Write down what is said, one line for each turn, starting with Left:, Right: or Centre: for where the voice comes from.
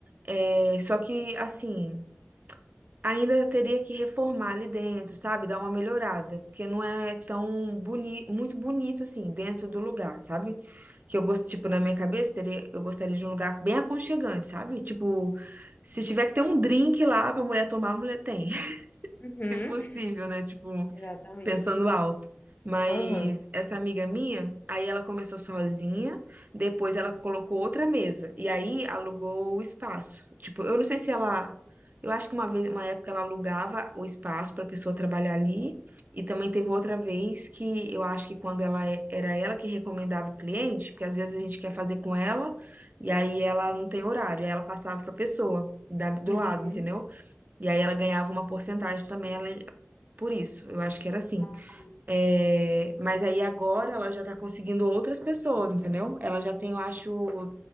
Right: É, só que, assim, ainda teria que reformar ali dentro, sabe? Dar uma melhorada, porque não é tão boni muito bonito assim dentro do lugar, sabe? Que eu gosto, tipo, na minha cabeça, teria, eu gostaria de um lugar bem aconchegante, sabe? Tipo, se tiver que ter um drink lá pra mulher tomar, a mulher tem, <laughs>
Left: Uhum,
Right: se possível, né? Tipo,
Left: exatamente.
Right: pensando alto. Mas
Left: Aham.
Right: essa amiga minha, aí ela começou sozinha, depois ela colocou outra mesa e aí alugou o espaço. Tipo, eu não sei se ela, eu acho que uma vez, uma época ela alugava o espaço para pessoa trabalhar ali, e também teve outra vez que eu acho que quando ela é- era ela que recomendava o cliente, porque às vezes a gente quer fazer com ela e aí ela não tem horário, aí ela passava para pessoa da- do
Left: Uhum.
Right: lado, entendeu? E aí ela ganhava uma porcentagem também ela, por isso. Eu acho que era assim.
Left: Ah, entendi.
Right: É, mas aí agora ela já tá conseguindo outras pessoas, entendeu? Ela já tem, eu acho,